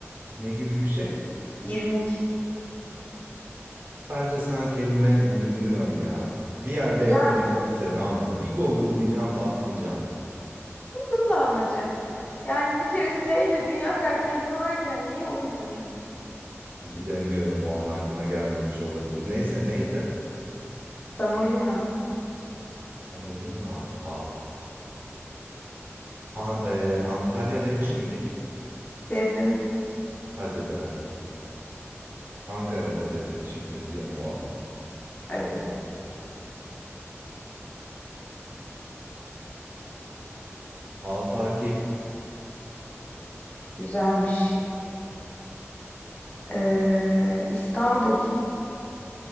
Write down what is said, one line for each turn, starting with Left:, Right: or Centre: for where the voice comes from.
Right: Ne gibi bir şey?
Left: İrmik.
Right: Bence sen kelime uyduruyorsun ya. Bir yerde yakalayacağım
Left: Ya
Right: seni ama bir Google'layacağım patlayacaksın.
Left: çok hızlı anacığım. Yani bir kere S ile dünya kadar kelime varken niye uydurayım?
Right: Bilemiyorum o an aklına gelmemiş olabilir. Neyse neydi?
Left: Samolina
Right: Samulina. A. A e, Antalya demiş miydik?
Left: dedin.
Right: Hadi be. Ankara'da dedik işin kötü yanı o.
Left: Evet
Right: E, Afaki.
Left: güzelmiş. Ee, İstanbul.